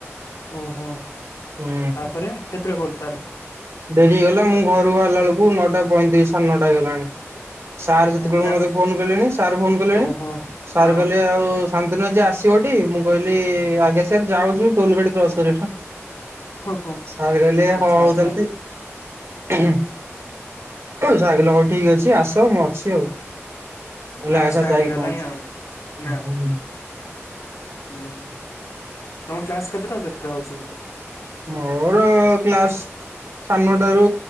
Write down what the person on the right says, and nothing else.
ହୁଁ
ଡେରି ହେଇଗଲା ମୁଁ ଘରୁକୁ ହେରିଲା ବେଳକୁ ନଅଟା ପଇଁତିରିଶ ସାଢ଼େ ନଅଟା ହେଇଗଲାଣି। ସାର୍
ସେତକଳ
ମତେ ଫୋନ କଲେଣି ସାର୍ ଫୋନ କଲେଣି
ସାର୍
କହିଲେ ଆଉ ସା ଦିନ ଆଜି ଆସିବ ଟି ମୁଁ କହିଲି ଆଜ୍ଞା ସାର୍ ଯାଉଛୁ ଟୋଲ ଗାଡି କ୍ରସ କର
ସାର କଲେ
ହ ହଉଦଲନ୍ତି।
<unintelligible> ଯାଗିଲ ହଉ ଠିକ ଅଛି ଆସ ମୁଁ ଅଛି ଆଉ। ମୁଁ କହିଲି
ଆଗରେ ଥା
ମୁ ଯାଇକି
ପହଞ୍ଚୁଛି।
ମୋର କ୍ଲାସ୍ ସାଢ଼ନଟାରୁ